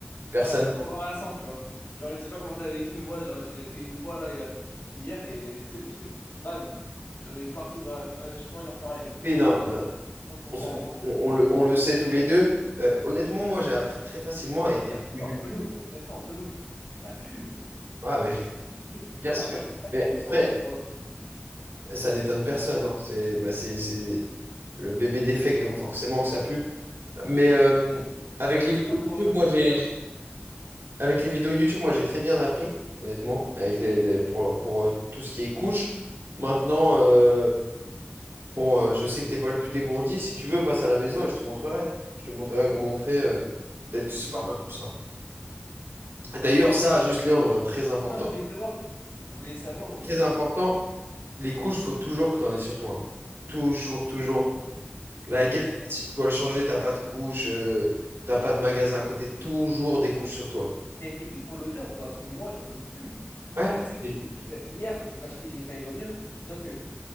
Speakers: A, on the right; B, on the left.
A: Personne
B: Enfin, un peu embarrassant, tu vois. Genre, je sais pas comment t'as vécu, mais moi, genre, je l'ai fait une fois, là, il y a- hier, et tu sais, le truc, bam, j'en ai eu partout. bah, euh, j'ai pas envie d'en reparler, mais.
A: ne non,
B: Non,
A: non,
B: comment
A: on,
B: ça,
A: se- on-
B: comment ça...
A: on le, on le sait tous les deux. Euh, honnêtement, moi, j'ai appris très facilement
B: En
A: avec
B: plus, ça
A: des
B: pue
A: vidéos
B: entre
A: YouTube.
B: nous, <laughs> Gaston, entre nous. Ça pue.
A: Ah, mais
B: C'est et c'est dur,
A: bien sûr.
B: hein. Moi, je sais pas si
A: Mais
B: t'as une strat
A: après,
B: pour,
A: Ça n'étonne personne, hein. C'est bah, c'est, c'est le bébé défect, donc forcément que ça pue. Mais euh, avec
B: t'as
A: les
B: une strat
A: vidéos
B: pour
A: YouTube,
B: masquer
A: moi j'ai
B: l'odeur.
A: j'ai- avec les vidéos YouTube, moi j'ai très bien appris, honnêtement, avec les, les- pour, pour euh, tout ce qui est couche. Maintenant, euh, bon, euh, je sais que t'es pas le plus dégourdi. Si tu veux, passe à la maison et je te montrerai. Je te montrerai comment on fait. euh, peut-être
B: Ok,
A: que ce sera
B: ok.
A: un peu plus simple. D'ailleurs, ça, juste Léandre, très important,
B: Non, je voulais savoir. Je voulais savoir un truc,
A: très important.
B: si,
A: Les couches, faut toujours que tu en aies sur toi. Toujours, toujours. La
B: comment
A: guerre,
B: t'es-
A: si tu dois le changer, t'as pas de couche, euh, t'as pas de magasin à côté, toujours des couches sur toi.
B: t'as une technique pour l'odeur ou pas? Parce que moi, j'en peux plus.
A: Ouais.
B: Ouais, c'est que,
A: et-
B: tu sais que hier, mais quand je te dis que j'ai failli vomir, c'est-à-dire que